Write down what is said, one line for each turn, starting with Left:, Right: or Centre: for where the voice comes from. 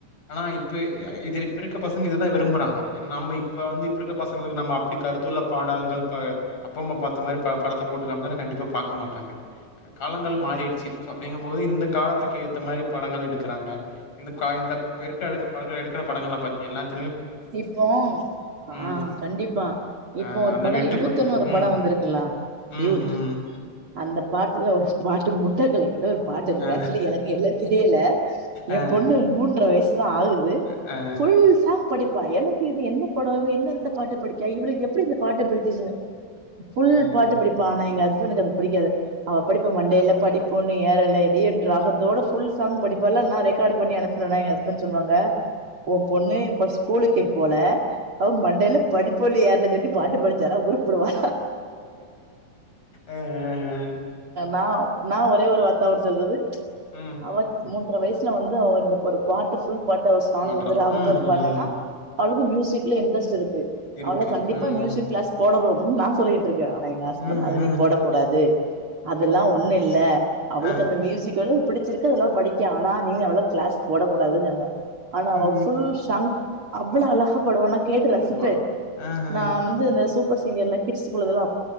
Left: ஆனா இப்ப யா இது இப்ப இருக்க பசங்க இத தா விரும்புறாங்க ஏனா நம்ம இப்ப வந்து இப்ப இருக்க பசங்களுக்கு நம்ம அப்டி கருத்துள்ள பாடல்கள் ப அப்பா அம்மா பார்த்த மாரி பா படத்த போட்டுக் காமிச்சம்னா கண்டிப்பா பார்க்க மாட்டாங்க காலங்கள் மாரிடிச்சு அப்டிங்கும்போது இந்த காலத்துக்கு ஏத்த மாரி படங்கள் எடுக்குறாங்க இந்த கா இந்த <unintelligible> படங்கள் பாத்திங்கனா
Right: இப்போ
Left: ம்,
Right: ஆஹ் கண்டிப்பா இப்போ
Left: அ
Right: ஒரு
Left: அந்த
Right: படம்
Left: வெட்டுக்குத்து,
Right: யூத்ன்னு ஒரு
Left: ம்,
Right: படம் வந்துருக்குல்லா
Left: ம்,
Right: யூத்
Left: ம்,
Right: அந்தப் பாட்டுல ஒரு <unintelligible> பாட்டு இருக்கு
Left: அ,
Right: ஆக்சுவலி எனக்கு எல்லா தெரியல
Left: அ,
Right: என் பொண்ணு மூன்றரை வயசு த ஆலுவு
Left: அ, அ, அ,
Right: ஃபுல் சாங் கண்டிப்பா எனக்கு இது என்ன படம் இவ என்ன இந்த பாட்டு படிக்கா இவளுக்கு எப்டி இந்த பாட்டு படிச்சிச்சினு ஃபுல்
Left: அ, அ, அ, ம்,
Right: பாட்டு படிப்பா அன எங்க அஸ் இவனுக்கு அது பிடிக்காது அவ படிப்பு மண்டேல்ல படிப்போ. <unintelligible> என்று ராகத் தோட ஃபுல் சாங் படிப்பால்ல நா ரெக்கார்ட் பண்ணி அனுப்புனேனா எங்க ஹஸ்பண்ட் சொல்வாங்க ஒம் பொண்ணு ஃபர்ஸ் கூலுக்கே போல. அவ மண்டையில படிப் புள்ளியரல சொல்லிட்டு பாட்டு படிச்சலா உருபுடுவா.
Left: ஆ ஆ ஆ
Right: நாவ் நா ஒரே ஒரு வார்த்த அவட் சொல்றது.
Left: ம்,
Right: அவ <unintelligible> எட்ர வயசுல வந்து அவ வந்து ஒரு பாட்டு ஃபுல் பாட்டு சாங்
Left: பாடுறான்.
Right: வந்து ராகதோட
Left: ம்,
Right: பாட்னான்னா.
Left: ம்.
Right: அவளுக்கு மியூசிகல இன்ரெஸ்ட் இருக் கு
Left: இருக்கு
Right: ஆனா கண்டிப்பா
Left: ம்
Right: மியூசிக் கிளாஸ் போடனும். ன் நா சொல்லி ட்டு இருக்க ஆனா எங்க ஹஸ்பண்ட்
Left: ம்
Right: அத
Left: ம்
Right: நீ போடக்கூடாது அதெல்லா ஒண்ணு இல்ல அவளுக்கு
Left: அ
Right: அந்த மியூசிக்கல் பிடிச்சிருக்கு அதனாலா படிக்யா ஆனா நீ அவ்வள கிளாஸ் போடக்கூடாதுன்னாங்க. ஆனா அவ
Left: ம்
Right: ஃபுல் ஷாங்க் அவ்வளோ அழகா. போடுசா நா கேட்டு
Left: பாடுவா
Right: ரசிப்பே
Left: அ அ
Right: நா வந்து இந்த சூப்பர் சிங்கெர்ல கிட்ஸ்குள்ளதெலா